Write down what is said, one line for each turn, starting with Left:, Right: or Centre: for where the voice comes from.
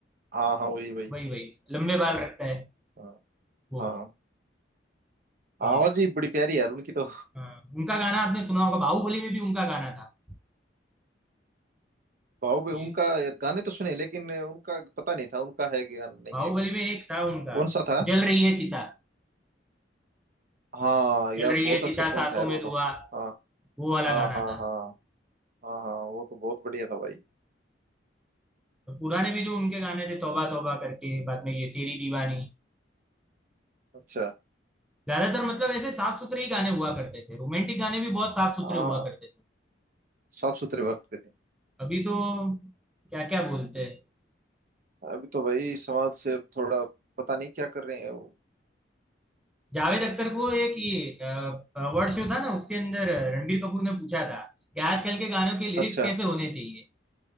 Right: हाँ हाँ वही वही
Centre: वही वही लंबे बाल रखता है
Right: हाँ
Centre: वो
Right: हाँ
Centre: ये
Right: आवाज ही बड़ी प्यारी है यार उनकी तो
Centre: हाँ, उनका गाना आपने सुना होगा बाहुबली में भी उनका गाना था
Right: भाव भी
Centre: ये
Right: उनका गाने तो सुने लेकिन उनका पता नहीं था उनका है कि गाना नहीं
Centre: बाहुबली
Right: है
Centre: में एक था उनका
Right: कौन सा था
Centre: जल रही है चिता
Right: हाँ
Centre: जल
Right: यार
Centre: रही
Right: बहुत
Centre: है चिता
Right: अच्छा सॉन्ग
Centre: सांसों
Right: था यार
Centre: में
Right: वो तो
Centre: धुआं
Right: हाँ
Centre: वो वाला
Right: हाँ
Centre: गाना
Right: हाँ
Centre: था
Right: हाँ हाँ हाँ वो तो बहुत बढ़िया था भाई
Centre: और पुराने भी जो उनके गाने थे तौबा तौबा करके बाद में ये तेरी दीवानी
Right: अच्छा
Centre: ज्यादातर मतलब ऐसे साफ सुथरे ही गाने हुआ करते थे रोमांटिक गाने भी बहुत साफ सुथरे
Right: हाँ
Centre: हुआ करते थे
Right: साफ सुथरे वक्त के थे
Centre: अभी तो क्या क्या बोलते हैं
Right: अभी तो भाई समाज से थोड़ा पता नहीं क्या कर रहे हैं वो
Centre: जावेद अख्तर को एक ये अवार्ड शो था ना उसके अंदर रणबीर कपूर ने पूछा था कि आजकल के गानों के लिरिक्स
Right: अच्छा
Centre: कैसे होने चाहिए